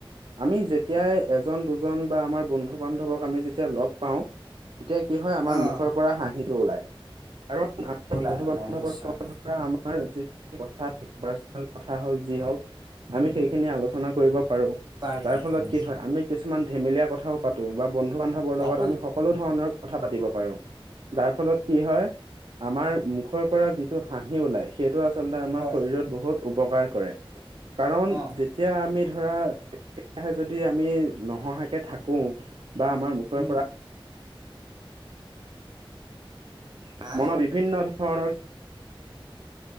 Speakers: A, on the right (about 65°); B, on the right (about 50°).
A: আমি যেতিয়াই এজন, দু জন বা আমাৰ বন্ধু, বান্ধৱক আমি যেতিয়া লগ পাওঁ তেতিয়া কি হয় আমাৰ
B: অ
A: মুখৰ পৰা হাঁহিটো ওলাই, কাৰণ
B: ওলাই
A: বন্ধু বান্ধৱ
B: ওলাই
A: আমাৰ
B: নিশ্চয়
A: আমাৰ যিখিনি কথা পাৰ্চনেল কথা হওক, যি হওক আমি সেইখিনি আলোচনা কৰিব পাৰো
B: পাৰি
A: যাৰ ফলত
B: পাৰি
A: কি হয় আমি কিছু কিছুমান ধেমেলীয়া কথাও পাতো বা বন্ধু, বান্ধৱৰ
B: পাতো
A: লগত আমি সকলো ধৰণৰ কথা পাতিব পাৰো। যাৰ ফলত কি হয়, আমাৰ মুখৰ পৰা যিটো হাঁহি ওলাই। সেইটো আচলতে আমাৰ
B: হয়
A: শৰীৰত বহুত উপকাৰ কৰে। কাৰণ
B: অ
A: যে তিয়া আমি ধৰা একেৰাহে যদি আমি নহঁহাকে থাকো বা আমাৰ মুখৰ
B: উম
A: পৰা।
B: হা
A: মনত বিভিন্ন ধৰণৰ